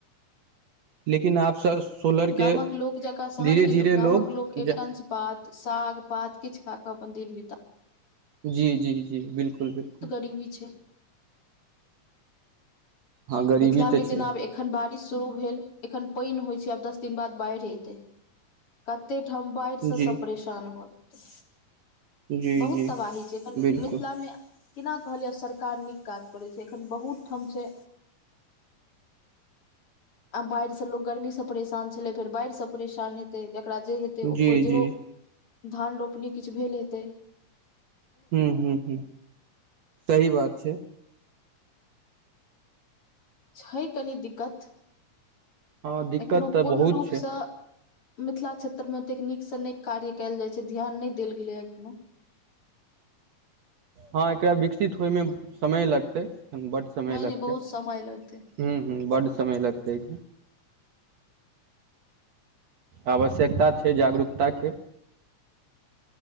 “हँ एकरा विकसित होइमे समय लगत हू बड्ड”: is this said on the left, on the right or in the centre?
Right